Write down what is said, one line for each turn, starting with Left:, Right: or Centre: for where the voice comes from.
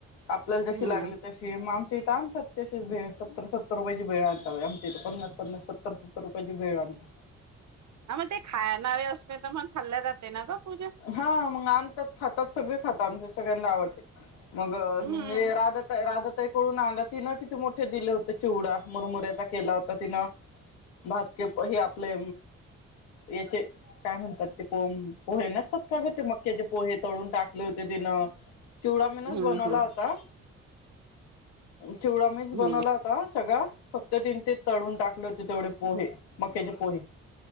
Left: आपल्याला
Right: हम्म
Left: जशी लागली तशी म आमच्या इथे आणतात तशीच भेळ सत्तर सत्तर रुपयाची भेळ आणता बाई आमच्या इथं पन्नास पन्नास सत्तर सत्तर सत्तर रुपयाची भेळ आणतो.
Right: हा म ते खायणारे असले तर मग खाल्ल्या जाते ना ग पूज्या
Left: हा मंग आणतात खातात सगळे खातात आमच्यात सगळ्यांना आवडते. मग
Right: हम्म
Left: नी राधा ता राधा ताई कडून आंणला तिनं किती मोठे दिले होते चिवडा मुरमुऱ्याचा केला होता तिनं. भाजके हे आपले याचे काय म्हणतात ते पो पोहे नसतात का ग ते मक्क्याचे पोहे तळून टाकले होते तिनं चिवडा मीनच
Right: हम्म
Left: बनवला
Right: हम्म
Left: होता चिवडा मीच बनवला
Right: हम्म
Left: ता सगळा फक्त तीन ते तळून टाकले होते तेवढे पोहे मक्याचे पोहे.